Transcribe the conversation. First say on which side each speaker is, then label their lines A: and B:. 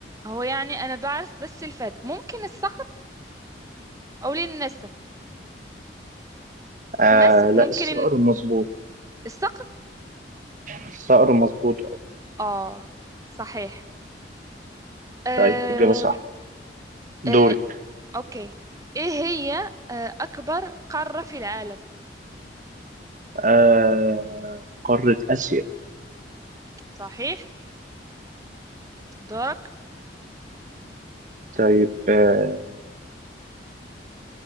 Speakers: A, on the right (about 20°); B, on the right (about 45°).
A: هو يعني أنا بعرف بس الفهد ممكن الصقر أو النسر
B: آه
A: نسر
B: لا
A: ممكن
B: الصقر
A: إن-
B: مظبوط
A: الصقر
B: الصقر مظبوط أه
A: اه صحيح آه
B: طيب إجابة صح دورك
A: آه اوكي ايه هي آه اكبر قارة في العالم
B: آه قارة آسيا
A: صحيح دورك
B: طيب آه